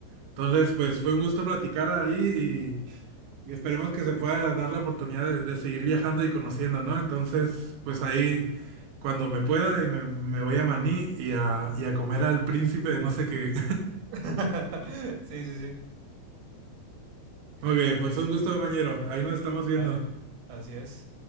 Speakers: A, on the right; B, on the right.
A: Entonces, pues
B: Pues sí,
A: fue un gusto platicar ahí y, y esperemos que se pueda
B: pues sí.
A: dar la oportunidad de, de seguir viajando y conociendo, ¿no? Entonces, pues ahí, cuando me pueda, y me, me voy a Maní y a, y a comer al príncipe de no sé qué.
B: <laughs> Sí, sí, sí.
A: <laughs> Muy bien,
B: Bueno,
A: pues
B: entonces,
A: un gusto, compañero. Ahí nos estamos viendo.
B: dale, así es.